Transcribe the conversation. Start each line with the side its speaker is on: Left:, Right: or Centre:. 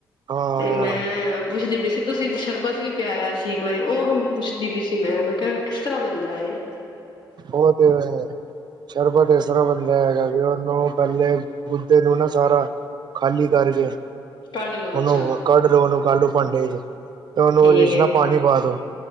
Right: ਹਾਂ
Left: ਤੇ ਮੈਂ ਪੁੱਛਦੀ ਜੇਸੀ ਤੁਸੀਂ ਸ਼ਰਬਤ ਵੀ ਪਿਆਇਆ ਸੀ ਇੱਕ ਵਾਰੀ ਉਹ ਹਨ ਪੁੱਛਦੀ ਵੀ ਸੀ ਮੈਂ, ਮੈਂ ਕਿਹਾ ਕਿਸ ਤਰ੍ਹਾਂ ਬੰਦਾ ਇਹ?
Right: ਔ ਤੇ ਹੈ, ਸ਼ਰਬਤ ਏਸਤਰਾ ਬੰਦਾ ਹੈਗਾ ਕੀ ਔਹਨੂੰ ਪਹਿਲੇ ਗੂੱਦੇੇ ਨੂੰ ਨਾ ਸਾਰਾ ਖਾਲੀ ਕਰਕੇ
Left: ਕੱਢ ਲੋ ਅੱਛਾ
Right: ਉਹਨੂੰ ਕੱਢ ਲਓ ਉਹਨੂੰ ਕੱਢ ਲਓ ਭਾਂਡੇ ਚ ਤੇ ਉਹਨੂੰ
Left: ਠੀਕ
Right: ਉਹਦੇ
Left: ਹੈ
Right: ਨਾ ਪਾਣੀ ਪਾ ਦੋ